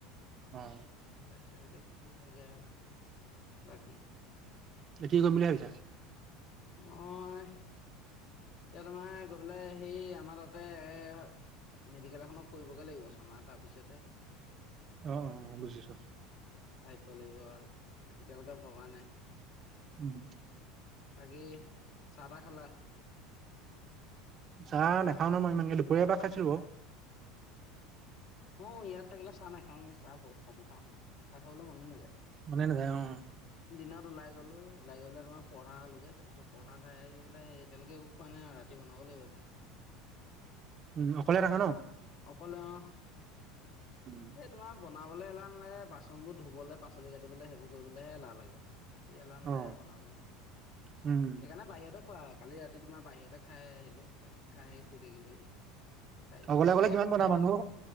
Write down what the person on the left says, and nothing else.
তাৰপিছত এতিয়া কি হয় গে আল বাকী
মই এতিয়া তোমাৰ গৈ পাই সেই আমাৰ তাতে এ মেডিকেল এখনক কৰিবগে লাগিব ছমাহ তাৰপিছতে
ভাবিব লাগিব আৰু, এতিয়ালৈকে ভবা নাই।
আকে চাহ তাহ খালা?
মই ইয়াত থাকিলে চাহ নাখাওঁয়ে, চাহ বহুত কম খাওঁ, চাহ খাবলৈ মনে নাযায়।
দিনত ওলাই গলো, ওলাই গৈ পাই তোমাৰ পৰঠা খালোঁ যে, তাৰপিছত পৰঠা খাই পেলাই এতিয়ালৈকে একো খোৱা নাই ৰাতি বনাব লাগিব ভাত
অকলে অ,
এই তোমাৰ। বনাবলৈ এলাহ নালাগে বাচন বোৰ ধুবলৈ পাচলি কাটিবলৈ সেইবোৰ কৰিবলৈ হহে এলাহ লাগে। থাকি এলান ন লাগে
বনাবলৈ
সেইকাৰণে বাহিৰত। খোৱা হয় কালি ৰাতি তোমাৰ বাহিৰতে খাই আহিলোঁ, তাৰ পিছত খাই আহি শুই থাকিলোঁ হি বেছিভাগ
বাহিৰত।